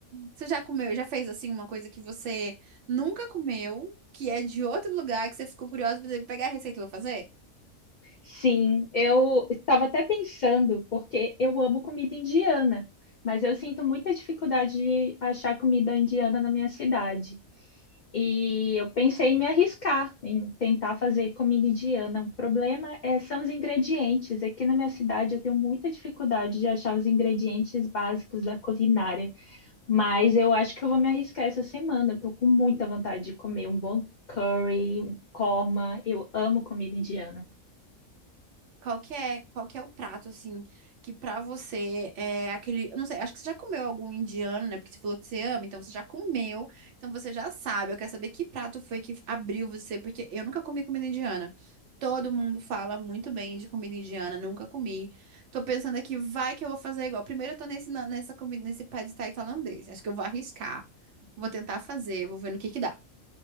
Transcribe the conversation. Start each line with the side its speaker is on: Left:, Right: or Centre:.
Right: Você já comeu, já fez assim uma coisa que você nunca comeu, que é de outro lugar, que você ficou curiosa pra pegar a receita e vou fazer?
Left: Sim, eu estava até pensando, porque eu amo comida indiana, mas eu sinto muita dificuldade de achar comida indiana na minha cidade. E eu pensei em me arriscar, em tentar fazer comida indiana. O problema é, são os ingredientes. Aqui na minha cidade eu tenho muita dificuldade de achar os ingredientes básicos da culinária. Mas eu acho que eu vou me arriscar essa semana. Eu tô com muita vontade de comer um bom curry, um korma. Eu amo comida indiana.
Right: Qual que é, qual que é o prato, assim, que pra você é aquele. Eu não sei, acho que você já comeu algum indiano, né? Porque você falou que você ama, então você já comeu, então você já sabe. Eu quero saber que prato foi que abriu você, porque eu nunca comi comida indiana. Todo mundo fala muito bem de comida indiana, nunca comi. Tô pensando aqui, vai que eu vou fazer igual. Primeiro eu tô nesse, na- nessa comida, nesse pad thai tailandês. Acho que eu vou arriscar. Vou tentar fazer, vou ver no que que dá.